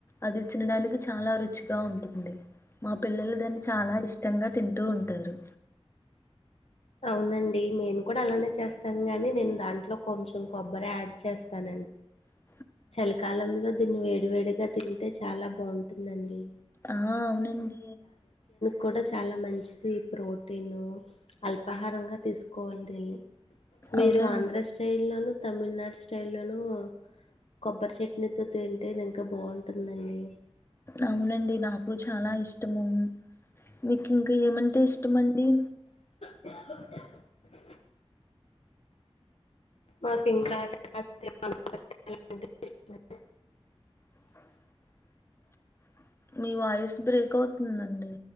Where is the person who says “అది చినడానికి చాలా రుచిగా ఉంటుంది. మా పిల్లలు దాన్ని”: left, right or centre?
Left